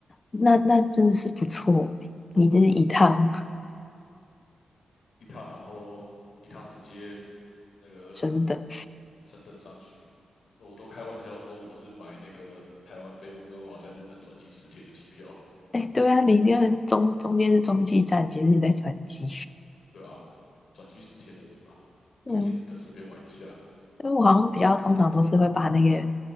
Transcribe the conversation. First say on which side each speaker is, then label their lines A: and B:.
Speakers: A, on the left (about 25°); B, on the left (about 65°).
A: 那那真的是不错欸，你这一趟
B: 一趟，然后一趟直接那个
A: <laughs> 真的。
B: 升等上去，我都开玩笑说我是买那个台湾飞温哥华在日本转机十天的机票，
A: 哎，对啊，你那个中中间是中继站，其实你在转机。
B: 对啊，转机十天而已嘛，
A: 嗯，
B: 入境日本顺便玩一下。
A: 因为我好像比较通常都是会把那个